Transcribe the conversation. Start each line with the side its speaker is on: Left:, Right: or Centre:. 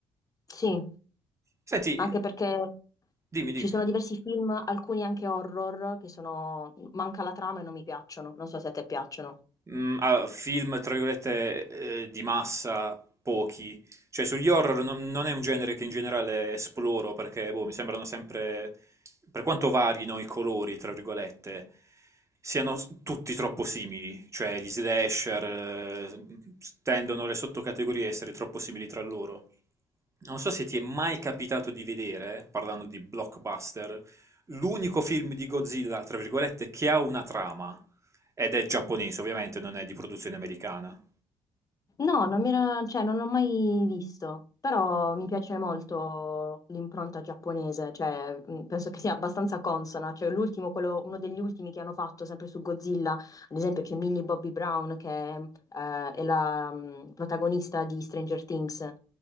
Left: Sì,
Right: Senti,
Left: anche perché
Right: dimmi, dimmi.
Left: Ci sono diversi film, alcuni anche horror, che sono... manca la trama e non mi piacciono. Non so se a te piacciono.
Right: Mm, allora, film, tra virgolette, eh, di massa, pochi. Cioè, sugli horror non, non è un genere che in generale esploro perché, boh, mi sembrano sempre, per quanto varino i colori, tra virgolette, siano s- tutti troppo simili. Cioè, gli slasher, eh, tendono le sottocategorie a essere troppo simili tra loro. Non so se ti è mai capitato di vedere, parlando di blockbuster, l'unico film di Godzilla, tra virgolette, che ha una trama ed è giapponese, ovviamente non è di produzione americana.
Left: No, non mi era- cioè, non l'ho mai visto, però mi piace molto l'impronta giapponese, cioè, mh, penso che sia abbastanza consona, cioè, l'ultimo, quello- uno degli ultimi che hanno fatto sempre su Godzilla, ad esempio c'è Millie Bobby Brown che eh, è la mh, protagonista di Stranger Things,